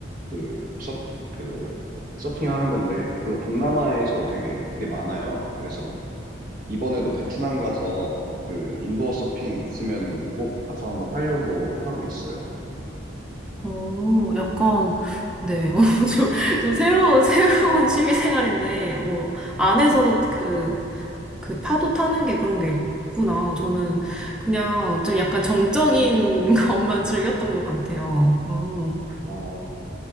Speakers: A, on the right; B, in the centre.
A: 그 서핑 그 서핑하는 건데 그리고 동남아에서 되게 그게 많아요. 그래서 이번에도 베트남 가서 그 인도어 서핑 있으면은 꼭 가서 한번 하려고 하고 있어요.
B: 어, 약간, 네. <laughs> 어, 좀, 좀 새로운, 새로운 취미 생활인데, 어, 안에서
A: 네.
B: 그 그 파도 타는 게 그런 게 있구나. 저는 그냥 좀 약간 정적인 <laughs> 것만 즐겼던 것 같아요. 어.
A: 어,